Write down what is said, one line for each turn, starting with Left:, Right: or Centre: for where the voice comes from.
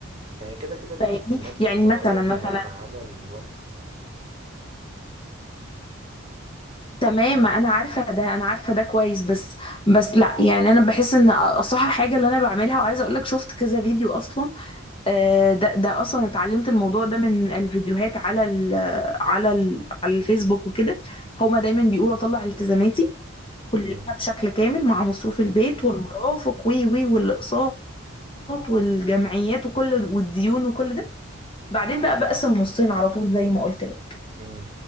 Right: ما هي كده كده الالتزامات
Left: فاهمني
Right: بتتغير
Left: يعني مثلا
Right: بناء
Left: مثلا
Right: على الوقت
Left: تمام ما انا عارفه ده انا عارفه ده كويس بس بس لا يعني انا بحس ان اصح حاجه اللي انا بعملها وعايزه اقول لك شفت كذا فيديو اصلا آه، ده ده اصلا اتعلمت الموضوع ده من الفيديوهات على ال على ال على الفيسبوك وكده هما دايما بيقولوا اطلع التزاماتي كلها
Right: امم
Left: بشكل كامل مع مصروف البيت والمرافق وي وي والاقساط والجمعيات وكل والديون وكل ده بعدين بقى بقسم نصين على طول زي ما قلت لك
Right: امم